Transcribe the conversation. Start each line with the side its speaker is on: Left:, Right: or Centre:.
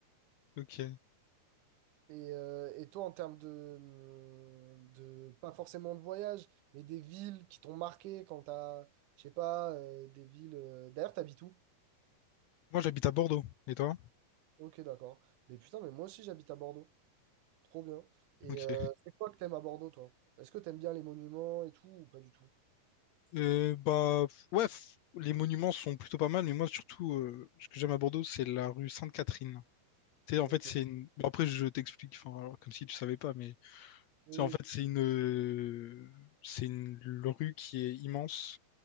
Left: ok.
Right: Et, euh, et toi, en termes de, hum, de, pas forcément de voyage, mais des villes qui t'ont marqué quand t'as, je sais pas, euh, des villes. euh, D'ailleurs, t'habites où?
Left: Moi, j'habite à Bordeaux. Et toi?
Right: Ok, d'accord. Mais putain, mais moi aussi, j'habite à Bordeaux. Trop bien. Et
Left: Ok.
Right: euh, c'est quoi que t'aimes à Bordeaux, toi? Est-ce que t'aimes bien les monuments et tout, ou pas du tout?
Left: Euh, bah, f- ouais, f- les monuments sont plutôt pas mal, mais moi, surtout, euh, ce que j'aime à Bordeaux, c'est la rue Sainte-Catherine. Tu sais, en
Right: Ok.
Left: fait, c'est une... Bon, après, je t'explique, enfin, alors, comme si tu savais pas, mais... Tu
Right: Oui,
Left: sais, en fait,
Right: oui.
Left: c'est une... euh, C'est une rue qui est immense.